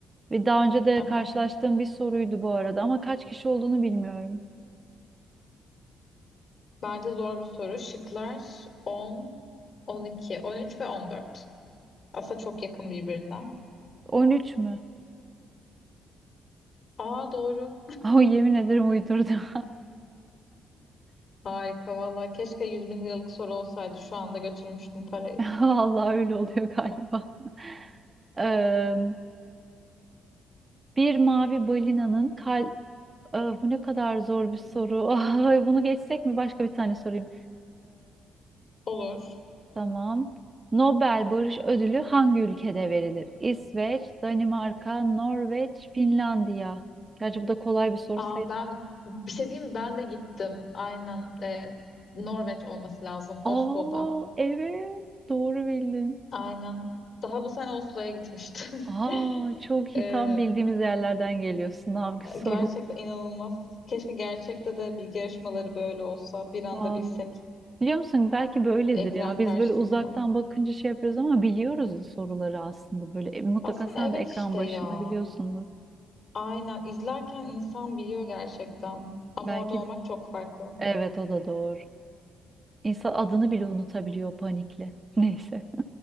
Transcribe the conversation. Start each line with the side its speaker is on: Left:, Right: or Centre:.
Right: ve daha önce de
Left: Aha.
Right: karşılaştığım bir soruydu bu arada ama kaç kişi olduğunu bilmiyorum.
Left: Bence zor bir soru. Şıklar 10, 12, 13 ve 14. Aslında çok yakın birbirine.
Right: on üç mü?
Left: Aa doğru.
Right: <laughs> O yemin ederim uydurdum.
Left: Harika valla. Keşke 100 bin liralık soru olsaydı. Şu anda götürmüştüm parayı.
Right: <laughs> Vallahi öyle oluyor galiba. <laughs> Ee, bir mavi balinanın kal Ee, bu ne kadar zor bir soru. <laughs> Ay, bunu geçsek mi? Başka bir tane sorayım.
Left: Olur.
Right: Tamam. Nobel Barış Ödülü hangi ülkede verilir? İsveç, Danimarka, Norveç, Finlandiya. Gerçi bu da kolay bir soru
Left: Aa,
Right: sayılır.
Left: ben bir şey diyeyim mi? Ben de gittim. Aynen. Ee, Norveç olması lazım.
Right: Aa
Left: Oslo'da.
Right: evet doğru bildin.
Left: Aynen. Daha bu sene Oslo'ya gitmiştim.
Right: Aa
Left: <laughs>
Right: çok
Left: Ee,
Right: iyi tam bildiğimiz yerlerden geliyor sınav soruları.
Left: gerçekten inanılmaz. Keşke gerçekte de bilgi yarışmaları böyle olsa. Bir anda
Right: Vallahi.
Left: bilsek
Right: <laughs> Biliyor musun belki böyledir
Left: ekran
Right: ya.
Left: karşısında.
Right: Biz böyle uzaktan bakınca şey yapıyoruz ama biliyoruz soruları aslında böyle. E, mutlaka
Left: Aslında
Right: sen
Left: evet
Right: de ekran
Left: işte
Right: başında
Left: ya.
Right: biliyorsundur.
Left: Aynen. İzlerken insan biliyor gerçekten. Ama
Right: Belki
Left: orada olmak
Right: de.
Left: çok farklı.
Right: Evet o da doğru. İnsan adını bile unutabiliyor panikle. <laughs> Neyse.